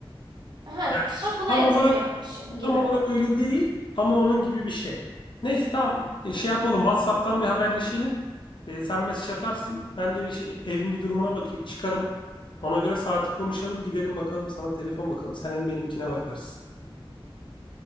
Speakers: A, on the right; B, on the left.
A: ha,
B: yani
A: ha buna
B: tam
A: yatırım
B: olarak
A: yapmışım gibi.
B: Tam olarak öyle değil ama onun gibi bir şey. Neyse tamam E, şey yapalım WhatsApp'tan bir haberleşelim. E, sen mesaj atarsın. Ben de bir şey, evin bir durumuna bakayım çıkarım. Ona göre saati konuşalım gidelim bakalım sana telefon bakalım. Sen hem benimkine bakarsın.